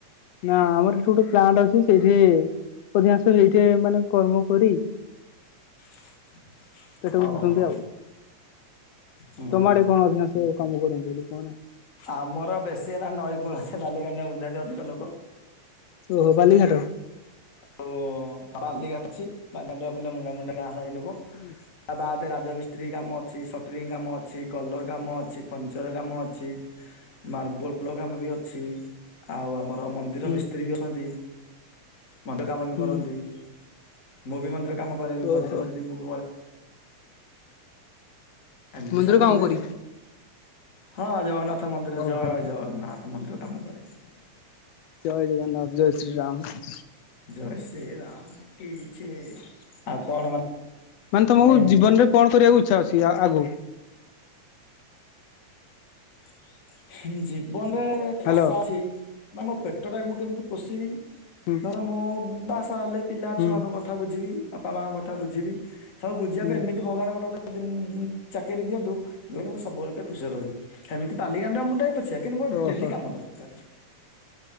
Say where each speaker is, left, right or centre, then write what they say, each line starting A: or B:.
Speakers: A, on the left; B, on the left.
A: ନା ଆମର ଏଠି ଗୋଟେ ପ୍ଲାଣ୍ଟ ଅଛି ସେଇଠି ଅଧିକାଂଶ ସେଇଠି ମାନେ କର୍ମ କରି
B: <inaudible>
A: ପେଟକୁ
B: ଓହୋ
A: ପୋଷନ୍ତି ଆଉ
B: ହୁଁ
A: <inaudible> ତମଆଡେ
B: ହୁଁ
A: କଣ ଅଧିକାଂଶ କାମ କରନ୍ତି ଲୋକମାନେ?
B: ଆମର ବେଶୀ ହେଲା ନଈ କୂଳରେ ମୁଣ୍ଡାନ୍ତି ଅଧିକ ଲୋକ।
A: ଓହୋ ବାଲିଘାଟ।
B: ଆଉ ବାଲିଘାଟ ଅଛି <unintelligible> ମୁଣ୍ଡାମୁଣ୍ଡି ଗାଁ ସାଇ ଲୋକ
A: ହୁଁ
B: ତା ବାଦେ ରାଜମିସ୍ତ୍ରୀ କାମ ଅଛି, ସଟରିଂ କାମ ଅଛି, କଲର୍ କାମ ଅଛି, ଫର୍ଣ୍ନିଚର କାମ ଅଛି ମାର୍ବଲ କାମ ବି ଅଛି ଆଉ ଆମର ମନ୍ଦିର
A: ହୁଁ
B: ମିସ୍ତ୍ରୀ ବି ଅଛନ୍ତି। ମନ୍ଦିର କାମ ବି
A: ହୁଁ
B: କରନ୍ତି <inaudible> ମୁଁ ବି ମନ୍ଦିର କାମ କରେନି ମଝିରେ
A: ଓହୋ
B: ମଝିରେ ମୁଁ ଏମିତି
A: ମନ୍ଦିର
B: ସବୁ
A: କାମ
B: ହୁଏ।
A: କରି
B: ହଁ ଜଗନ୍ନାଥ ମନ୍ଦିର
A: ଓହୋ
B: ଜୟ ଜଗନ୍ନାଥ ମନ୍ଦିର କାମ କରେ।
A: ଜୟ ଜଗନ୍ନାଥ, ଜୟ ଶ୍ରୀରାମ।
B: ଜୟ ଶ୍ରୀ ରାମ କି ଜୟ, ଆଉ କଣ ମାନେ
A: ମାନେ ତମକୁ
B: ଏମିତି
A: ଜୀବନରେ କଣ କରିବାକୁ ଇଚ୍ଛା ଅଛି ଆଗକୁ?
B: <inaudible> ଜୀବନରେ
A: ହ୍ୟାଲୋ
B: ଆଶା ଅଛି ନା ମୋ ପେଟ ଟାକୁ ମୁଁ କେମିତି ପୋଷିବି,
A: ହୁଁ
B: ଧର ମୁଁ ବାସ ହେଲେ ପିଲା
A: ହୁଁ
B: ଛୁଆଙ୍କ କଥା କଥା ବୁଝିବି ବାପା ମାଙ୍କ କଥା ବୁଝିବି ସବୁ ବୁଝିବା
A: ହୁଁ
B: ପାଇଁ ଏମି ଭଗବାନ ଗୋଟେ ଗୋଟେ ଚାକିରି ଦିଅନ୍ତୁ, ମୁଁ ସବୁବେଳ କେ ଖୁସିରେ ରହିବି। ସେମିତି ବାଲିଗାଣ୍ଡୁଆ ମୁଣ୍ଡାଏ ପଛେ କିନ୍ତୁ ମୋର
A: ଓହୋ
B: ଡେଲି କାମ ଦରକାର।